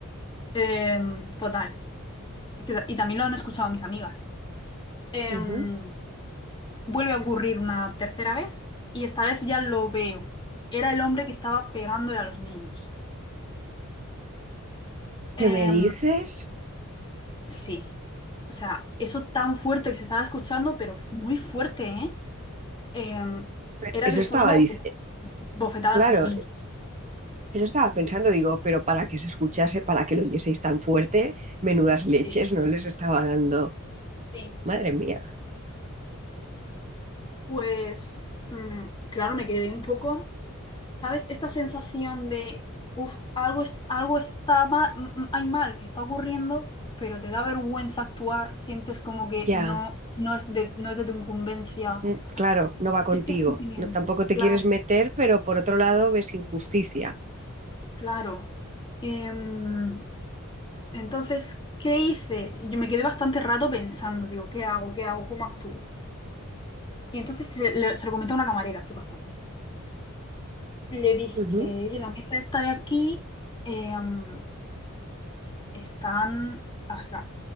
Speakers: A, on the left (about 20°); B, on the right (about 35°).
A: Em, total. Y, que- y también lo han escuchado mis amigas. Em,
B: Ujú.
A: vuelve a ocurrir una tercera vez y esta vez ya lo veo. Era el hombre que estaba pegándole a los niños. Em,
B: ¿Qué me dices?
A: sí, o sea, eso tan fuerte que se estaba escuchando, pero muy fuerte, ¿eh? eh,
B: Pero
A: era que
B: Eso
A: le estaba
B: estaba,
A: dando
B: dic-
A: bofe- bofetadas
B: claro,
A: a los niños.
B: eso estaba pensando, digo, pero para que se escuchase, para que lo oyeseis tan fuerte, menudas leches
A: Sí,
B: no les estaba dando.
A: sí.
B: Madre mía.
A: Pues, mm, claro, me quedé un poco, ¿sabes? Esta sensación de, uff, algo, es- algo está mal, hay mal que está ocurriendo, pero te da vergüenza actuar, sientes como que
B: Ya.
A: no, no es de, no es de tu incumbencia.
B: Mm, Claro, no va contigo.
A: Este sentimiento,
B: No, tampoco te
A: claro,
B: quieres meter, pero por otro lado ves injusticia.
A: claro. Em, entonces, ¿qué hice? Yo me quedé bastante rato pensando, digo, ¿qué hago? ¿Qué hago? ¿Cómo actúo? Y entonces se, le- se lo comenté a una camarera que pasaba. Y le dije,
B: Ujú.
A: oye, la mesa esta de aquí em, están, ah, o sea,